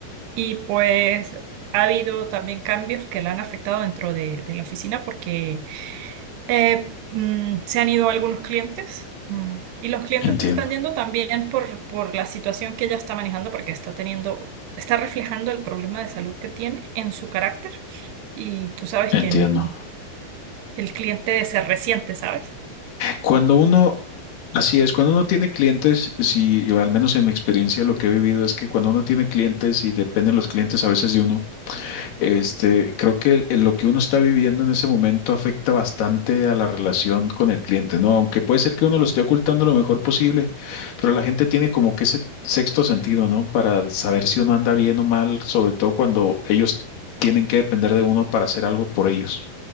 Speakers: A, on the right (about 85°); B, on the left (about 80°).
A: y pues ha habido también cambios que la han afectado dentro de, de la oficina porque eh, mm, se han ido algunos clientes. mm, Y los clientes
B: Entiendo,
A: se están yendo también por, por la situación que ella está manejando, porque está teniendo, está reflejando el problema de salud que tiene en su carácter. Y tú sabes
B: entiendo.
A: que en- el cliente de ser reciente, ¿sabes?
B: Cuando uno, así es, cuando uno tiene clientes, si, yo al menos en mi experiencia lo que he vivido es que cuando uno tiene clientes y dependen los clientes a veces de uno, Este, creo que el- el- lo que uno está viviendo en ese momento afecta bastante a la relación con el cliente, ¿no? Aunque puede ser que uno lo esté ocultando lo mejor posible, pero la gente tiene como que ese sexto sentido, ¿no? Para saber si uno anda bien o mal, sobre todo cuando ellos tienen que depender de uno para hacer algo por ellos.